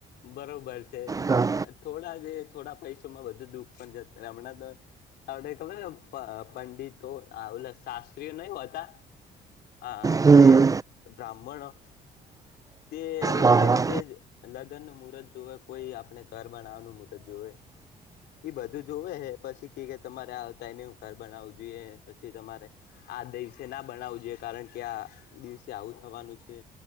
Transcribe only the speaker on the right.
હા
હમ
હા
હા